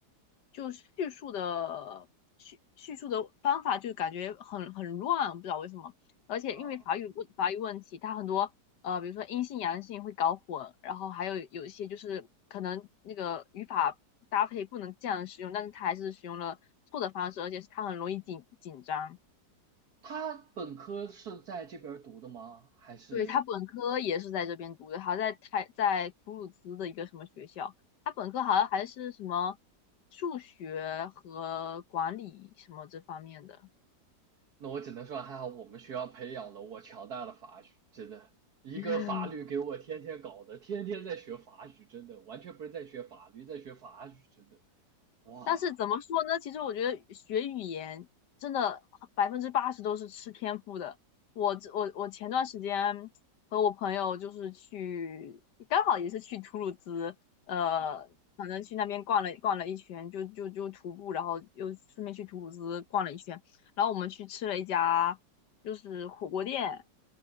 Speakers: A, on the left (about 70°); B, on the right (about 60°).
A: 就叙述的叙叙述的方法就感觉很很乱，不知道为什么。而且因为法语问法语问题，
B: 啊，
A: 他很多呃，比如说阴性阳性会搞混，然后还有有一些就是可能那个语法搭配不能这样使用，但是他还是使用了错的方式，而且是他很容易紧紧张。
B: 他本科是在这边读的吗？还是
A: 对，他本科也是在这边读的，好在他在图鲁兹的一个什么学校，他本科好像还是什么数学和管理什么这方面的。
B: 那我只能说还好我们学校培养了我强大的法语，真的，一个法律给我天天搞的，
A: <laughs>
B: 天天在学法语，真的，完全不是在学法律，在学法语，真的，哇，
A: 但是怎么说呢？其实我觉得学语言真的百分之八十都是吃天赋的。我我我前段时间和我朋友就是去，刚好也是去图鲁兹，呃，
B: 啊
A: 反正去那边逛了逛了一圈，就就就徒步，然后又顺便去图鲁兹逛了一圈，然后我们去吃了一家就是火锅店，